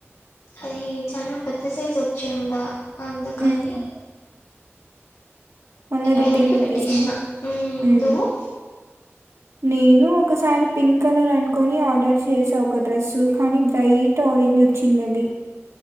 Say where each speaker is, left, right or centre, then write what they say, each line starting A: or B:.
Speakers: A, on the left; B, on the right.
A: అది చానా పెద్ద సైజు వచ్చిండ అందుకని
B: హ్మ్. మళ్ళా రిటర్న్
A: వెనక్కి
B: పెట్టేస
A: పెట్టేసిన ఉమ్
B: ఊ
A: నువ్వు
B: నేను ఒకసారి పింక్ కలర్ అనుకొని ఆర్డర్ చేసా ఒక డ్రెస్ కానీ బ్రైట్ ఆరెంజ్ వచ్చింది అది